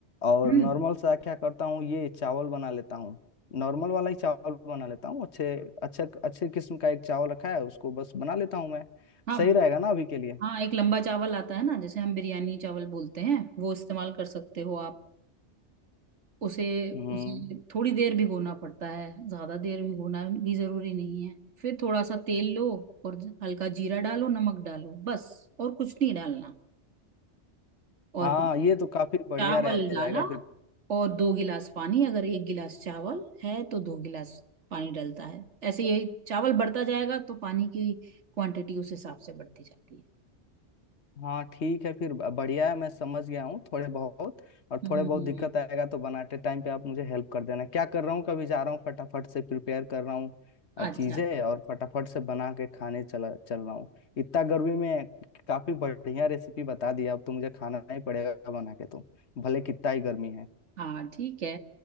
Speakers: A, on the left; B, on the right.
A: और
B: हम्म
A: नॉर्मल सा क्या करता हूँ ये चावल बना लेता हूँ नॉर्मल वाला ही चावल बना लेता हूँ अच्छे अच्छा अच्छे किस्म का एक चावल रखा है उसको बस बना लेता हूँ मैं
B: हाँ
A: सही रहेगा ना अभी के लिए
B: हाँ एक लंबा चावल आता है ना जैसे हम बिरयानी चावल बोलते हैं वो इस्तेमाल कर सकते हो आप उसे
A: हम्म
B: उसे थोड़ी देर भिगोना पड़ता है ज्यादा देर भिगोना भी जरूरी नहीं है फिर थोड़ा सा तेल लो और हल्का जीरा डालो नमक डालो बस और कुछ नहीं डालना और
A: हाँ
B: बस
A: ये तो काफी बढ़िया
B: चावल
A: रह
B: डाला
A: जाएगा फिर
B: और दो गिलास पानी अगर एक गिलास चावल है तो दो गिलास पानी डलता है ऐसे ये चावल बढ़ता जाएगा तो पानी की क्वांटिटी उस हिसाब से बढ़ती जाती है
A: हाँ ठीक है फिर ब- बढ़िया है मैं समझ गया हूँ थोड़े बहुत और
B: हम्म
A: थोड़े बहुत दिक्कत आएगा तो बनाते टाइम पे आप मुझे हेल्प कर देना क्या कर रहा हूँ कभी जा रहा हूँ फटाफट से प्रिपेयर कर रहा हूँ अ, चीजें
B: अच्छा
A: और फटाफट से बना के खाने चला चल रहा हूँ इतना गर्मी में काफी बढ़िया रेसिपी बता दिया अब तो मुझे खाना ही पड़ेगा बना के तो भले कितना ही गर्मी है
B: हाँ ठीक है